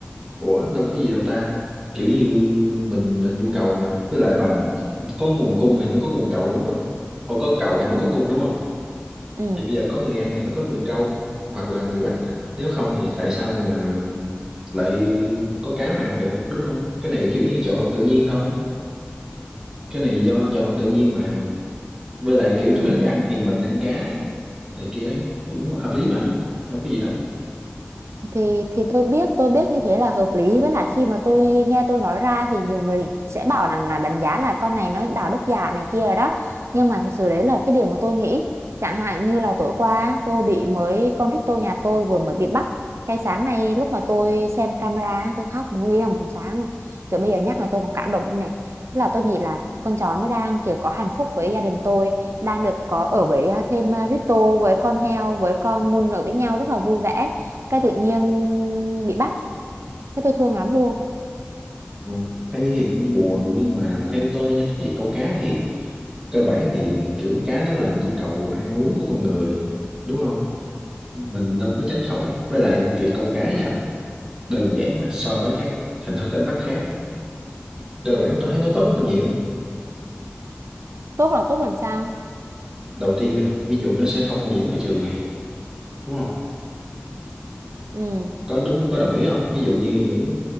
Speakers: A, on the right; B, on the right.
A: Ủa, đâu có gì đâu ta. Kiểu như mình là nhu cầu mà. Với lại bà có nguồn cung thì mới có nguồn cầu đúng không? Ủa có cầu thì mới
B: ừ
A: có cung đúng không?
B: ừ
A: thì bây giờ có người An thì mới có người câu hoặc là người bắt nếu không thì tại sao mà lại có cá mà ăn được đúng không cái này kiểu như chọn lọc tự nhiên thôi cái này do chọn lọc tự nhiên mà với lại kiểu
B: ừ
A: chủ thức ăn thì mình ăn cá này kia cũng hợp lý mà đâu có gì đâu
B: thì thì tôi biết tôi biết như thế là hợp lý với lại khi mà tôi nghe tôi nói ra thì nhiều người sẽ bảo rằng là đánh giá là con này nó đạo đức giả này kia rồi đó nhưng mà thật sự đấy là cái điều mà tôi nghĩ chẳng hạn như là tối qua tôi bị mới con rít tôi nhà tôi vừa mới bị bắt cái sáng nay lúc mà tôi xem camera tôi khóc nguyên một sáng luôn kiểu bây giờ nhắc là tôi còn cảm động này tức là tôi nghĩ là con chó nó đang kiểu có hạnh phúc với gia đình tôi đang được có ở với à, thêm à, Rito với con heo với con Mun ở với nhau rất là vui vẻ cái tự nhiên bị bắt cái tôi thương lắm luôn
A: ừ. thấy thì cũng buồn nhưng mà theo tôi nha thì câu cá thì cơ bản thì kiểu cá nó là nhu cầu ăn uống của con người đúng không mình đâu có tránh khỏi với lại việc câu cá nha đơn giản là so với các hình thức đánh bắt khác á, cơ bản tôi thấy nó tốt hơn nhiều
B: tốt là tốt làm sao
A: đầu tiên nè ví dụ nó sẽ không ô nhiễm môi trường này đúng không
B: ừ
A: có đúng có đồng ý không ví dụ như những